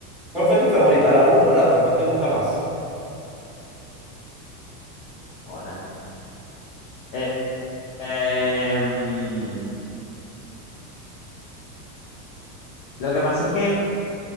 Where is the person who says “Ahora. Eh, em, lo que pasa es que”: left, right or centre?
Left